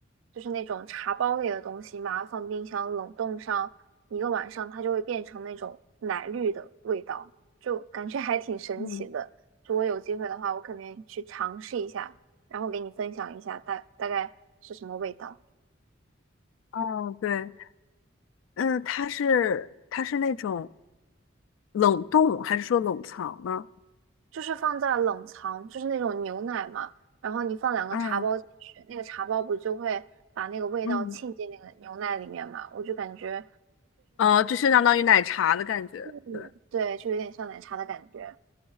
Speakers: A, on the right (about 80°); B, on the left (about 80°).
A: 就是那种茶包类的东西，把它放冰箱冷冻上一个晚上，它就会变成那种奶绿的味道，就感觉还挺神奇的。
B: 嗯。
A: 就我有机会的话，我肯定去尝试一下，然后给你分享一下大大概是什么味道。
B: 哦，对，嗯，它是它是那种冷冻还是说冷藏呢？
A: 就是放在冷藏，就是那种牛奶嘛，然后你放两个茶包进去，
B: 嗯
A: 那个茶包不就会把那个味道沁进那个牛奶里面嘛？
B: 嗯，
A: 我就感觉，
B: 呃，就是相当于奶茶的感觉，
A: 嗯，
B: 对，
A: 对，就有点像奶茶的感觉。